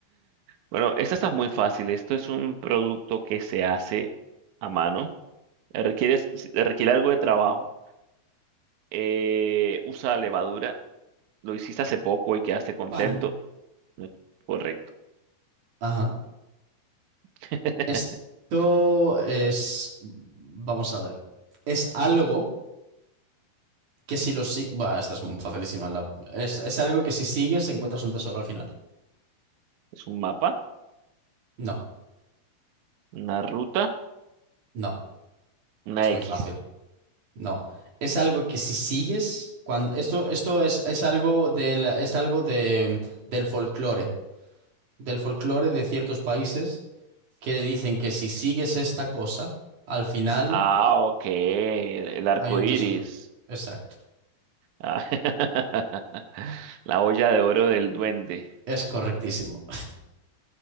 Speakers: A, on the right; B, on the right.
A: Bueno, esta está muy fácil. Esto es un producto que se hace a mano. Requiere, requiere algo de trabajo. Eh, usa levadura. Lo hiciste hace poco y quedaste contento.
B: Pan.
A: Correcto.
B: Ajá.
A: <laughs>
B: Esto es... Vamos a ver. Es algo Que si los sigues. Bah, esta es muy facilísima. la- Es, es algo que si sigues encuentras un tesoro al final.
A: Es un mapa,
B: No,
A: una ruta,
B: no,
A: una
B: es muy
A: X.
B: fácil. No. Es algo que si sigues. Cuando... Esto, esto es, es algo del, es algo de, del folclore. Del folclore de ciertos países que dicen que si sigues esta cosa, al final
A: Ah, ok, el arco
B: hay un
A: iris.
B: tesoro. Exacto.
A: Ah, <laughs> La olla de oro del duende.
B: Es correctísimo.